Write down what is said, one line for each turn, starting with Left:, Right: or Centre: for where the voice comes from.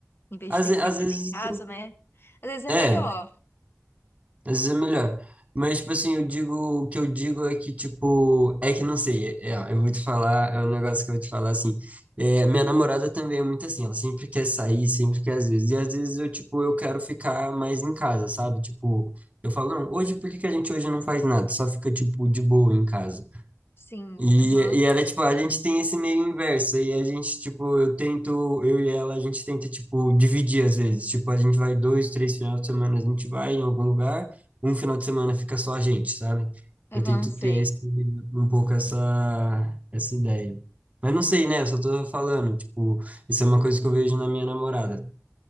Left: Em vez
Right: às,
Left: de ter
Right: ve-
Left: que
Right: às
Left: receber
Right: vezes.
Left: em casa, né? Às vezes é
Right: É,
Left: melhor.
Right: às vezes é melhor. Mas, tipo assim, eu digo. O que eu digo é que, tipo. É que não sei. É, é, ó, eu vou te falar. É um negócio que eu vou te falar assim. É, minha namorada também é muito assim. Ela sempre quer sair, sempre quer às vezes. E às vezes eu, tipo, eu quero ficar mais em casa, sabe? Tipo, eu falo, não, hoje por que que a gente hoje não faz nada? Só fica, tipo, de boa em casa.
Left: Sim,
Right: E,
Left: aham.
Right: e ela, tipo, a gente tem esse meio inverso, e a gente, tipo, eu tento, eu e ela, a gente tenta, tipo, dividir às vezes, tipo, a gente vai dois, três finais de semana, a gente vai em algum lugar, um final de semana fica só a gente, sabe?
Left: Aham,
Right: Eu tento
Left: sei.
Right: ter esse, um pouco essa, essa ideia. Mas não sei, né? Eu só tô falando, tipo, isso é uma coisa que eu vejo na minha namorada.